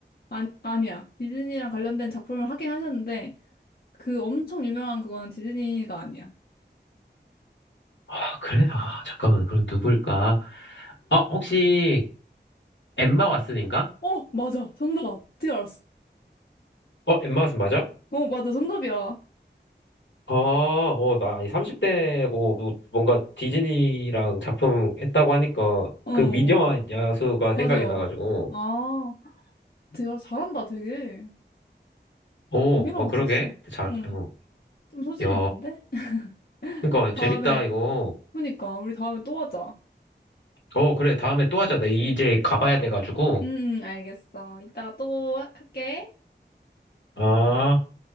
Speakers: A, on the left; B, on the left.
A: 아, 아니야. 디즈니랑 관련된 작품을 하긴 하셨는데 그 엄청 유명한 그거는 디즈니가 아니야.
B: 아, 그래? 아, 잠깐만. 그럼 누굴까? 어, 혹시, 엠마 왓슨인가?
A: 어, 맞아. 정답. 어떻게 알았어?
B: 어, 엠마 왓슨 맞아?
A: 어, 맞아. 정답이야.
B: 아, 어, 나이 30대고 뭐 뭔가 디즈니랑 작품 했다고 하니까
A: 어,
B: 그 미녀와 야수가
A: 맞아.
B: 생각이 나가지고.
A: 아, 되게 잘한다, 되게.
B: 오,
A: 두 개나
B: 어,
A: 맞췄어.
B: 그러게. 잘,
A: 응.
B: 어.
A: 좀 소질이
B: 야,
A: 있는데? <laughs>
B: 그러니까
A: 다음에,
B: 재밌다, 이거.
A: 그니까, 우리 다음에 또 하자.
B: 어, 그래. 다음에 또 하자. 나 이제 가봐야 돼가지고.
A: 응, 응, 알겠어. 이따가 또 할게.
B: 아.